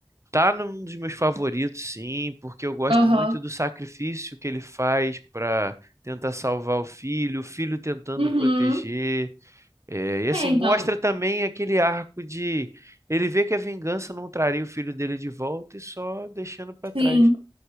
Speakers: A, on the right; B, on the right.
A: Tá num dos meus favoritos, sim, porque eu gosto
B: Aham.
A: muito do sacrifício que ele faz para tentar salvar o filho, o filho tentando
B: Uhum.
A: proteger. É, e assim,
B: É, então,
A: mostra também aquele arco de ele vê que a vingança não traria o filho dele de volta e só deixando para trás.
B: sim.